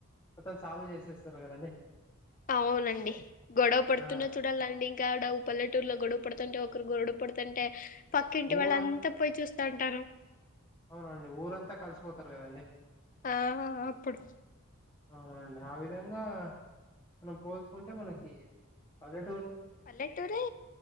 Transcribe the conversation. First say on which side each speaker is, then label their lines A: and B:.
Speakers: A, on the left (about 15°); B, on the left (about 35°).
A: మొత్తం సాల్వ్ చేసేస్ తిరుగదండీ
B: అవునండి గొడవ పడుతున్నా
A: ఆ!
B: చూడాలండి ఇంకాడ పల్లెటూరులో గొడవ పడుతుంటే ఒకరు గొడ పుడతుంటే పక్కింటి
A: ఊర
B: వాళ్ళంతా పోయి చూస్ టన్ టారు
A: అవునండి ఊరంతా కలిసిపోతారు కదండి
B: ఆ అప్పుడు
A: అవునండి ఆ విధంగా మనం పోల్చుకుంటే మనకి పలె
B: పల్లెటూరే